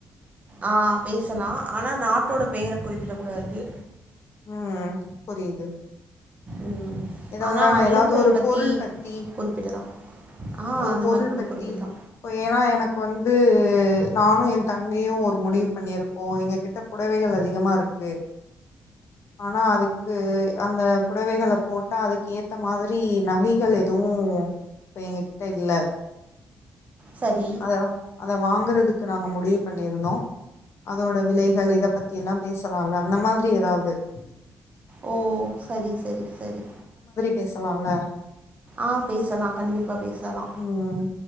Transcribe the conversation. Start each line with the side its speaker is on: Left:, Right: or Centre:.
Right: ஆ பேசலாம் ஆனா நாட்டோட பெயரை குறிப்பு விடக்கூடாது
Left: உம் புரியுது
Right: ம்
Left: இதெல்லா
Right: ஆனா
Left: ஏதாவது
Right: விலங்குகள்
Left: ஒரு பொருள் பத்தி
Right: குறிப்பிடலா ஆ
Left: ஒரு
Right: அந்த
Left: பொருள்
Right: மாரி கூட
Left: பத்தி
Right: குறிப்பிடலா
Left: இப்ப ஏன்னா எனக்கு இப்ப வந்து நானும் என் தங்கையும் ஒரு முடிவு பண்ணிருக்கோம் எங்க கிட்ட புடவைகள் அதிகமா இருக்கு ஆனா அதுக்கு அந்த புடவைகல போட்டா அதுக்கு ஏத்த மாதிரி நகைகள் எதுவும் இப்ப எங்க கிட்ட இல்ல
Right: சரி
Left: அத அத வாங்குறதுக்கு நாங்க முடிவு பண்ணியிருந்தோம் அதோட விலைகள் இதை பத்தி எல்லாம் பேசலாம்ல அந்த மாதிரி ஏதாவது <unintelligible>
Right: ஓ சரி சரி சரி
Left: பேசலாம்ல
Right: ஆஹ் பேசலா கண்டிப்பா பேசலா
Left: ம்